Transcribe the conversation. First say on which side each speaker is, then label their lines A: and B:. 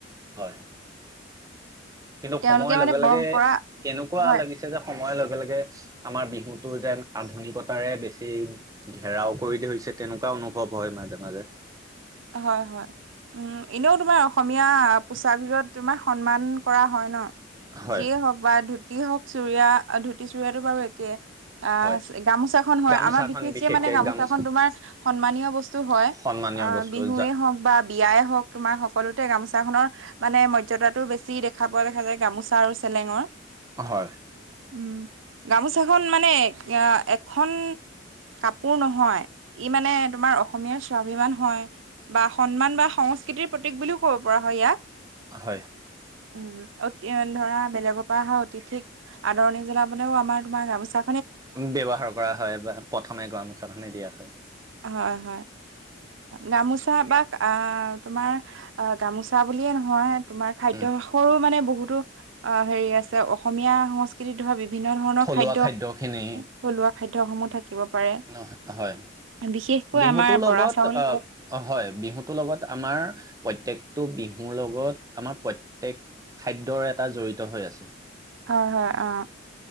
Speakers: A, on the right; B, on the right.
A: হয় কিন্তু
B: তেওঁলোকে
A: সময়ৰ লগে
B: মানে
A: লগে
B: পৰম্পৰা
A: কেনেকুৱা
B: হয়
A: লাগিছে যে সময়ৰ লগে লগে আমাৰ বিহুতো যেন আধুনিকতাৰে বেছি ঘেৰাও কৰি ধৰিছে তেনেকুৱা অনুভৱ হয় মাজে মাজে।
B: হয় হয়। উ এনেও তোমাৰ অসমীয়া পোচাকজোৰত তোমাৰ সন্মান কৰা হয় ন।
A: হয়
B: যিয়েই হওক বা ধুতি হওক চুৰিয়া ধুতি চুৰিয়াটো বাৰু একে। আহ
A: হয়
B: গামোচাখন হয়
A: গামোচাখন
B: আমাৰ বিশেষকে মানে গামোচাখন
A: গামোচা
B: তোমাৰ সন্মানীয় বস্তু হয়।
A: সন্মানীয়
B: আহ
A: বস্তু
B: বিহুৱে
A: যা
B: হওক বা বিয়াই হওক তোমাৰ সকলোতে গামোচা খনৰ মানে মৰ্যদাটো বেছি দেখ- খা পোৱা দেখা যায় গামোচা আৰু চেলেঙৰ।
A: হয়।
B: উম গামোচাখন মানে এ এখন কাপোৰ নহয় ই মানে তোমাৰ অসমীয়া স্বাভিমান হয়। বা সন্মান বা সংস্কৃতিৰ প্ৰতীক বুলিও কব পৰা হয় ইয়াক।
A: হয়।
B: উম অত ধৰা বেলেগৰ পৰা অহা অতিথিক আদৰি জনাবলৈও আমাৰ তোমাৰ গামোচা
A: ব্যৱহাৰ কৰা হয় বা প্ৰথমে গামোচা খনে দিয়া হয়।
B: হয় হয়। গামোচা বা আ তোমাৰ আ গামোচা বুলিয়ে নহয় তোমাৰ খাদ্যভাসৰো
A: উম
B: মানে বহুতো অ হেৰি আছে অসমীয়া সংস্কৃতি ধৰা বি- ভিন্ন ধৰণৰ
A: থলুৱা
B: খাদ্য
A: খাদ্যখিনি
B: থলুৱা খাদ্য সমূহ থাকিব পাৰে।
A: অ হয়
B: বিশেষকৈ
A: বিহুতো
B: আমাৰ
A: লগত
B: বৰা চাউল
A: আহ
B: হয়,
A: অ হয় বিহুতো লগত আমাৰ প্ৰত্যকটো বিহুৰ লগত আমাৰ প্ৰত্যক খাদ্যৰ এটা জড়িত হৈ আছে।
B: অ হয় অ।